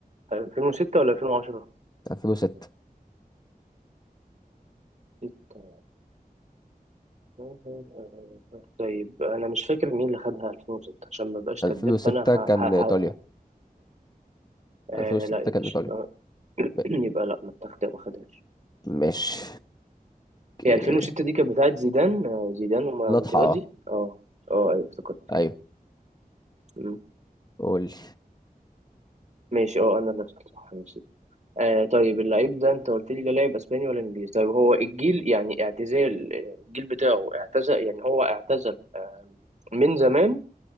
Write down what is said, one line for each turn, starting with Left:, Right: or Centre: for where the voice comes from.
Right: 2006 ولا 2010
Left: 2006
Right: ستة. <laughs> طيب أنا مش فاكر مين اللي خدها 2006 عشان ما بقاش
Left: 2006
Right: كداب فأنا
Left: كان
Right: هقول
Left: إيطاليا
Right: آه
Left: 2006
Right: لا يا
Left: كان
Right: باشا
Left: إيطاليا
Right: يبقى <clears throat>
Left: م-
Right: يبقى لا ما اتخد- ما خدهاش
Left: مش اوكي
Right: هي 2006 دي كانت بتاعت زيدان آه، زيدان وماتيراتزي
Left: نضحى اه
Right: اه اه ايوه افتكرت
Left: ايوه
Right: كده مم.
Left: قول لي
Right: ماشي اه انا اللي سألت صح ماشي آه طيب اللعيب ده انت قلت لي لا لاعب اسباني ولا انجليزي طيب هو الجيل يعني اعتزال آه، الجيل بتاعه اعتزل يعني هو اعتزل آه، من زمان